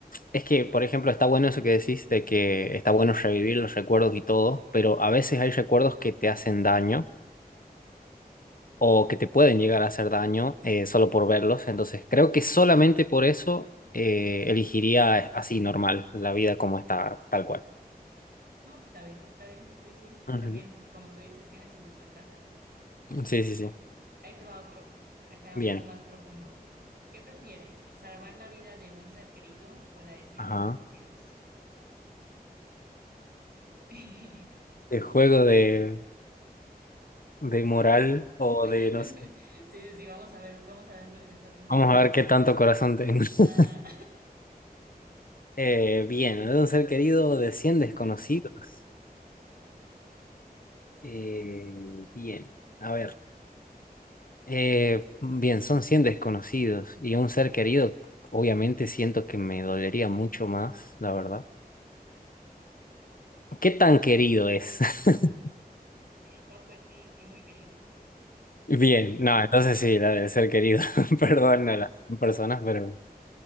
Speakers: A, on the left; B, on the right.
A: es que, por ejemplo, está bueno eso que decís de que está bueno revivir los recuerdos y todo, pero a veces hay recuerdos que te hacen daño o que te pueden llegar a hacer daño eh, solo por verlos. Entonces, creo que solamente por eso eh, elegiría así normal, la vida como está, tal cual.
B: No, pues está bien, está bien, sí, sí.
A: Ujú.
B: También, como tú dices, tiene sus desventajas.
A: Sí, sí, sí.
B: Ahí te va otro, acá
A: Bien.
B: un poco más profundo. ¿Qué prefieres, salvar la vida de un ser querido o la de cien
A: Ajá.
B: desconocidos? <laughs>
A: De juego de, de moral o
B: Sí,
A: de, no sé.
B: sí, sí, vamos a ver, vamos a ver dónde está tu moral.
A: Vamos a ver qué tanto corazón tengo. <laughs>
B: Ah.
A: Eh, bien, de un ser querido o de 100 desconocidos.
B: <laughs>
A: Eh, bien, a ver. Eh, bien, son 100 desconocidos y un ser querido, obviamente siento que me dolería mucho más, la verdad. ¿Qué tan querido es? <laughs>
B: No, pues sí, sí, muy querido.
A: Bien, no, entonces sí, la del ser querido. <laughs> Perdón a las personas, pero,